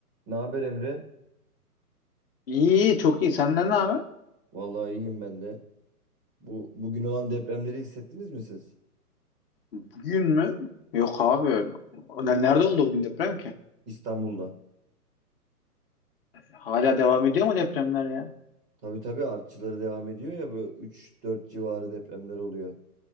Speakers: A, on the right (about 20°); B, on the left (about 35°).
A: Ne haber Emre?
B: İyi, çok iyi. Senden ne haber?
A: Vallahi iyiyim ben de. Bu bugün olan depremleri hissettiniz mi siz?
B: Bugün mü? Yok abi. Ne- Nerede oldu bugün deprem ki?
A: İstanbul'da.
B: Hala devam ediyor mu depremler ya?
A: Tabii tabii artçıları devam ediyor ya böyle üç dört civarı depremler oluyor.